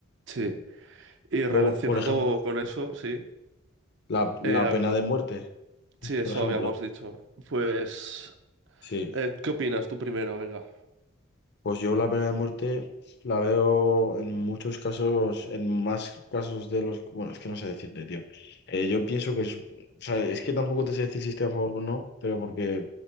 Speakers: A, on the right (about 60°); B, on the left (about 55°).
A: Sí. Y relacionado
B: Luego, por ejemplo,
A: con eso, sí.
B: la, la
A: eh, a
B: pena
A: ver,
B: de muerte,
A: sí, eso
B: por ejemplo.
A: habíamos dicho. Pues,
B: Sí,
A: eh, ¿qué opinas tú primero? Venga.
B: pues yo la pena de muerte la veo en muchos casos, en más casos de los... Bueno, es que no sé decirte, tío. Eh, yo pienso que es... O sea, es que tampoco te sé decir si estoy a favor o no, pero porque